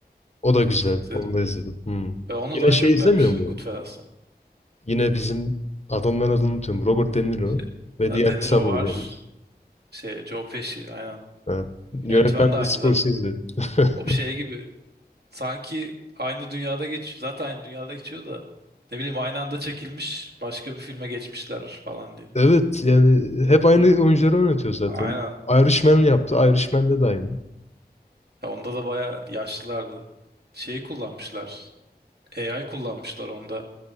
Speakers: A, on the left; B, on the right.
A: o da güzel.
B: izledim.
A: Onu da izledim. Hmm.
B: Ve onu
A: Yine
B: daha
A: şey
B: çok
A: izlemiyor
B: beğenmiştim
A: mu?
B: Goodfellas'tan.
A: Yine bizim adamların adını unutuyorum. Robert De Niro
B: Şey,
A: ve
B: ha,
A: diğer
B: De
A: kısa
B: Niro
A: boylu
B: var.
A: herif.
B: Şey, Joe Pesci aynen
A: Ha. Yönetmen
B: Yönetmen de aynı
A: de Scorsese.
B: zaten.
A: <laughs>
B: O bir şey gibi sanki aynı dünyada geçiyor. Zaten aynı dünyada geçiyor da ne bileyim aynı anda çekilmiş başka bir filme geçmişler falan diye.
A: Evet yani hep aynı oyuncuları oynatıyor zaten.
B: Aynen.
A: Irishman yaptı. Irishman'de de aynı.
B: Ya onda da bayağı yaşlılardı. Şeyi kullanmışlar. AI kullanmışlar onda